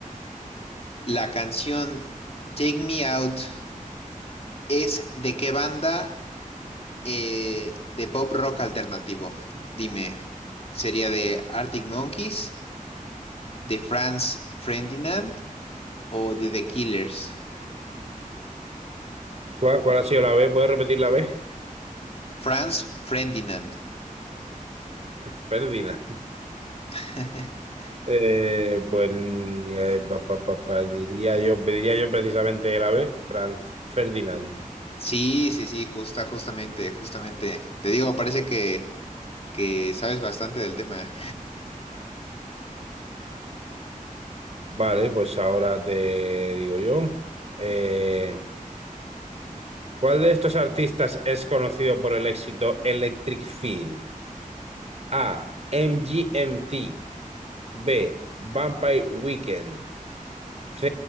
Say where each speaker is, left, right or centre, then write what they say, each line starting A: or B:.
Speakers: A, on the left (about 45°); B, on the right (about 50°).
A: La canción Take Me Out es de qué banda eh, de pop rock alternativo. Dime, ¿sería de Arctic Monkeys, de Franz Ferdinand o de The Killers?
B: ¿Cuál, cuál ha sido la B? ¿Puedes repetir la B?
A: Franz Ferdinand.
B: <laughs> Ferdinand.
A: <laughs>
B: Eh, pues eh, pa- pa- pa- pa- diría yo, pediría yo precisamente el ave, Franz Ferdinand.
A: Sí, sí, sí, justa, justamente, justamente. Te digo, parece que, que sabes bastante del tema.
B: Vale, pues ahora te digo yo. Eh, ¿cuál de estos artistas es conocido por el éxito Electric Feel? A. MGMT. B. Vampire Weekend. C.